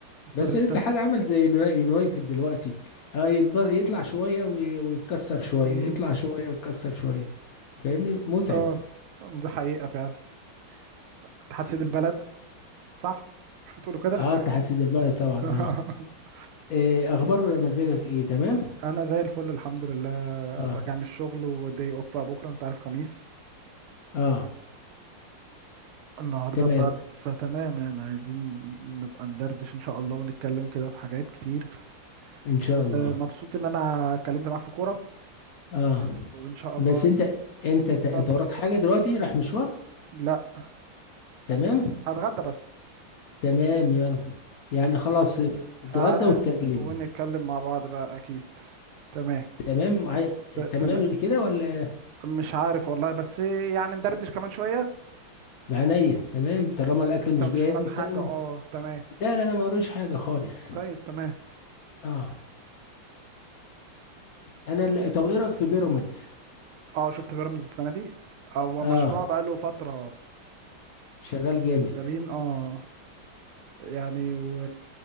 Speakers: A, on the right; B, on the left.
A: ابتديتها
B: بس الاتحاد عمل زي يونا- يونايتد دلوقتي اه يتب- يطلع شوية وي- ويتكسر شوية
A: أمم،
B: يطلع شوية ويتكسر شوية فاهمني متعب
A: اه أم، دي حقيقه فعلا اتحاد سيد البلد صح مش بتقولوا كده
B: اه اتحاد سيد البلد طبعا
A: <laughs>
B: اه إيه اخبار مزاجك ايه تمام
A: انا زي الفل الحمد لله
B: اه
A: راجع من الشغل ودي اوف بقى بكره انت عارف خميس
B: اه
A: النهارده
B: تمام
A: ف... فتمام يعني عايزين نبقى ندردش ان شاء الله ونتكلم كده في حاجات كتير
B: ان شاء
A: بس
B: الله
A: آه، مبسوط ان انا اتكلمت معاك في كوره
B: اه
A: وان شاء
B: بس
A: الله
B: انت انت انت
A: اتفضل
B: وراك حاجة دلوقتي رايح مشوار
A: لا
B: تمام
A: هتغدى بس
B: تمام يلا يعني
A: تمام
B: خلاص اتغدى
A: انا
B: وتكلمني
A: ونتكلم مع بعض بقى اكيد تمام
B: تمام عاي...
A: ت...
B: تمام
A: تمام
B: كده ولا
A: مش عارف والله بس يعني ندردش كمان شويه
B: معنية تمام طالما الأكل
A: وانت
B: مش
A: مش
B: جاهز
A: وراك
B: نتكلمه
A: حاجه اه تمام
B: لا لا لا ما وريش حاجة خالص
A: طيب تمام
B: اه أنا اللي... طب إيه رأيك في بيراميدز
A: اه شفت بيراميدز السنه دي هو
B: اه
A: مشروع بقاله فتره
B: شغال جامد
A: شغالين اه يعني و...